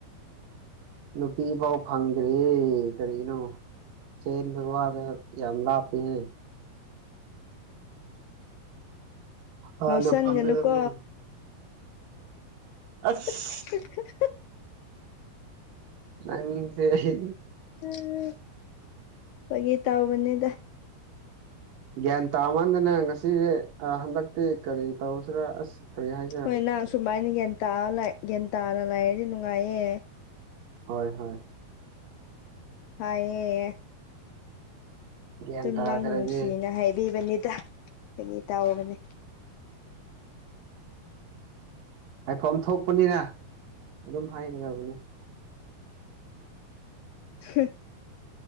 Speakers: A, on the right; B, on the left.
A: ꯅꯨꯄꯤ ꯐꯥꯎ ꯐꯪꯗ꯭ꯔꯤꯌꯦ ꯀꯔꯤꯒꯤꯅꯣ ꯆꯦꯟꯕ ꯋꯥꯗꯣ ꯌꯥꯝ ꯂꯥꯞꯄ‌ꯦꯍ‌ꯦ ꯍꯥꯟꯅ
B: ꯉꯥꯎꯁꯟꯒꯅꯨꯀꯣ
A: ꯐꯪꯒꯗꯕꯅꯦ ꯑꯁ
B: <unintelligible>
A: ꯅꯪꯖꯦ ꯍꯤ
B: ꯑ ꯐꯥꯒꯤ ꯇꯧꯕꯅꯤꯗ
A: ꯒ꯭ꯌꯥꯟ ꯇꯥꯃꯟꯗꯅ ꯉꯁꯤꯗꯤ ꯑꯥ ꯍꯟꯗꯛꯇꯤ ꯀꯔꯤ ꯇꯧꯁꯤꯔ ꯑꯁ ꯀꯔꯤ ꯍꯥꯏꯁꯤꯔ
B: ꯍꯣꯏ ꯅꯪ ꯁꯨꯃꯥꯏꯅ ꯒ꯭ꯌꯥꯟ ꯇꯥꯕ ꯂꯩ ꯒ꯭ꯌꯥꯟ ꯇꯥꯅ ꯂꯩꯔꯗꯤ ꯅꯨꯡꯉꯥꯏꯌꯦ
A: ꯍꯣꯏ ꯍꯣꯏ
B: ꯐꯥꯏꯌꯦ
A: ꯒ꯭ꯌꯥꯟ
B: ꯁꯨꯝ
A: ꯇꯥꯗ꯭ꯔꯗꯤ
B: ꯅꯪꯕꯨ ꯅꯨꯡꯁꯤꯅ ꯍꯥꯏꯕꯤꯕꯅꯤꯗ ꯐꯥꯒꯤ ꯇꯥꯎꯕꯅꯤ
A: ꯍꯥꯏꯐꯝ ꯊꯣꯛꯄꯅꯤꯅ ꯑꯗꯨꯝ ꯍꯥꯏꯒꯗꯕꯅꯤ
B: ꯍꯨꯝ